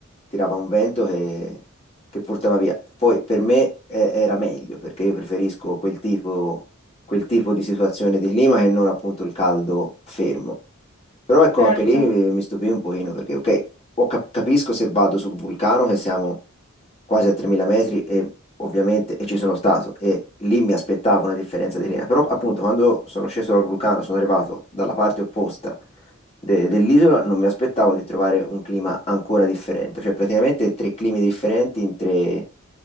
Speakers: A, on the left; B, on the left.
A: tirava un vento che, che portava via. Poi per me eh,
B: Sì,
A: era
B: sì.
A: meglio, perché io preferisco quel tipo quel tipo di situazione di clima che non appunto il caldo fermo. Però ecco,
B: certo.
A: anche lì eh, mi stupì un pochino perché, ok, ho cap- capisco se vado sul vulcano che siamo quasi a 3000 metri e ovviamente e ci sono stato e lì mi aspettavo una differenza di linea, però appunto quando sono sceso dal vulcano, sono arrivato dalla parte opposta de- dell'isola, non mi aspettavo di trovare un clima ancora differente, cioè praticamente tre climi differenti in tre,